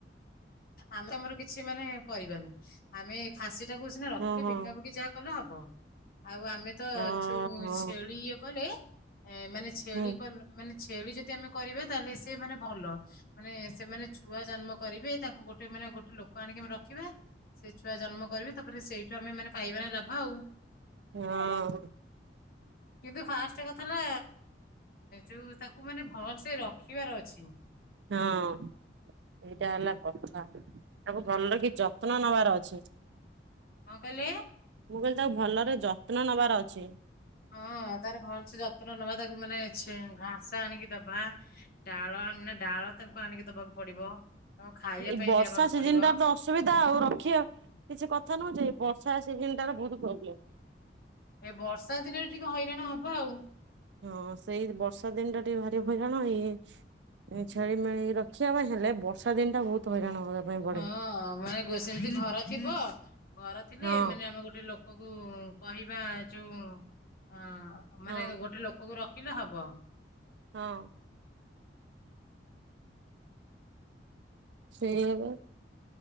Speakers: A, on the left; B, on the right.
A: ଆମେ ଆମର କିଛି ମାନେ କରିବାନି ଆମେ ଖାସି ବଜାକୁୁନା ରଖିଲେ
B: ଓହୋ
A: ବିକା ବିକିାହା କଲେ ହେବ ହଁ ଆଉ ଆମେ ତ
B: ଓହୋ
A: ଯୋଉ ଛେଳି ଇଏ କଲେ ଏ ମାନେ ଛେଳି
B: ହୁଁ
A: କ ମାନେ ଛେଳି ଯଦି ଆମେ କରିବା ତାହେଲେ ସେ ମାନେ ଭଲ ମାନେ ସେମାନେ ଛୁଆ ଜନ୍ମ କରିବେ ତାଙ୍କୁ ଗୋଟେ ମାନେ ଗୋଟେ ଲୋକ ଆଣିକି ଆମେ ରଖିବା ସେ ଛୁଆ ଜନ୍ମ କରିବି ତାପରେ ସେଇଠୁ ଆମେ ମାନେ ଖାଇବାାରେ ଲାଭା ଆଉ
B: ହଁ
A: କିନ୍ତୁ ଫାଷ୍ଟ କଥା ହେଲା ଯୋଉ ତାକୁ ମାନେ ଭଲ ସେେ ରଖିବାର ଅଛି।
B: ହଁ ସେଇଟା
A: ହୁଁ
B: ହେଲା କଣ? ତାକୁ ଭଲରେଖି ଯତ୍ନ ନେବାର ଅଛି।
A: କଣ କହିଲେ
B: ମୁଁ କହିଲି ତାକୁ ଭଲରେ ଯତ୍ନ ନେବାର ଅଛି।
A: ହଁ ତାର ଭଲ ସେ ଯତ୍ନ ନବା ତାକୁ ମାନେ ଘାସ ଆଣିକି ଦବା ଡାଳ ଡାଳ ତାଙ୍କୁ ଆଣିକି ଦବାକୁ ପଡିବ ଆଉ ଖାଇବା
B: ଏଇ
A: ପାଇଁ
B: ବର୍ଷା
A: ଦେବାକୁ
B: ସିଜନ
A: ପଡିବ।
B: ଟା ତ ଅସୁବିଧା ଆଉ ରଖିବା ଆ କିଛି କଥା ନଉଛି ବର୍ଷା ସେ ଜିନଟ ବହୁତ ପ୍ରୋବ୍ଲେ
A: ଏ ବର୍ଷା ଦିନରେ ଟିକେ ହଇରାଣ ହବ ଆଉ
B: ହଁ ସେଇ ବର୍ଷା ଦିନ ଟା ଟିକେ ଭାରି ହଇରାଣ ଏଇ ଛେଳିମେଳି ରଖିବା ପାଇଁ ହେଲେ ବର୍ଷା ଦିନ ଟା ବହୁତ ହଇରାଣ ହବା ପାଇଁ ପଡେ
A: ହଁ ମାନେ ସେମିତି ଘର ଥିବ ହଁ ଘର ଥିଲେ
B: ହଁ
A: ମାନେ ଆମେ ଗୋଟେ ଲୋକ କୁ କହିବା ଯୋଉ ହଁ ମାନେ
B: ହଁ
A: ଗୋଟେ ଲୋକଙ୍କୁ ରଖ କିିଲେ ହବ
B: ହଁ ସେଇବ